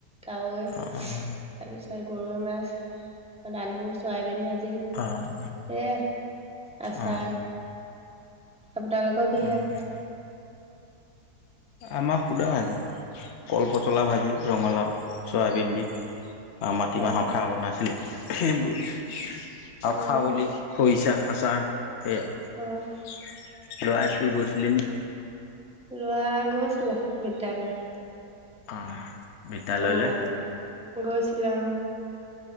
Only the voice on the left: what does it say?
অ',
অ',
অ',
অ', আমাৰ সুদা আজি, কলপচলা ভাজি ৰঙালাও চয়াবিন দি। আৰু মাটিমাহৰ
খাৰ বনাইছিলে সেইবোৰে। আৰু
খাৱলি খইছা আচাৰ সেয়াই।
ল'ৰা স্কুল গৈছিলে নি?
অ'। বিদ্যালয়লে?